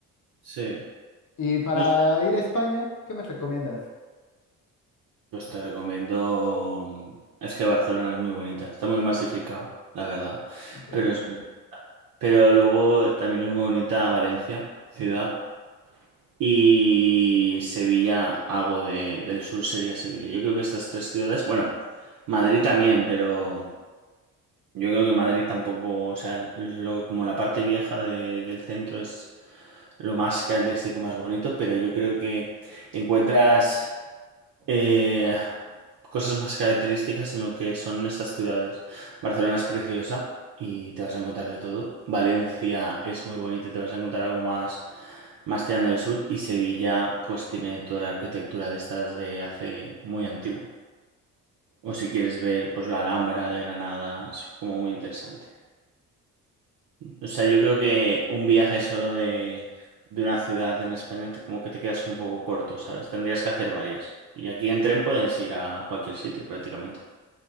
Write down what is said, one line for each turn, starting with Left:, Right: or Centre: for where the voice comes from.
Right: Sí.
Left: Y para
Right: No sé.
Left: ir a España, ¿qué me recomiendas?
Right: Pues te recomiendo. Es que Barcelona es muy bonita. Está muy masificada, la verdad.
Left: Ok.
Right: Pero es... pero luego también es muy bonita Valencia, ciudad. Y Sevilla, algo de- del sur sería Sevilla. Yo creo que estas tres ciudades. Bueno, Madrid también, pero. Yo creo que Madrid tampoco, o sea, es lo- como la parte vieja de- del centro es lo más característico, más bonito, pero yo creo que encuentras eh, cosas más características en lo que son estas ciudades. Barcelona es preciosa y te vas a encontrar de todo. Valencia es muy bonita y te vas a encontrar algo más, más tirando del sur. Y Sevilla, pues tiene toda la arquitectura de estas de hace muy antiguo. O si quieres ver, pues la Alhambra de Granada, es como muy interesante. O sea, yo creo que un viaje solo de, de una ciudad en España te- como que te quedas un poco corto, ¿sabes? Tendrías que hacer varias. Y aquí en tren puedes ir a cualquier sitio prácticamente.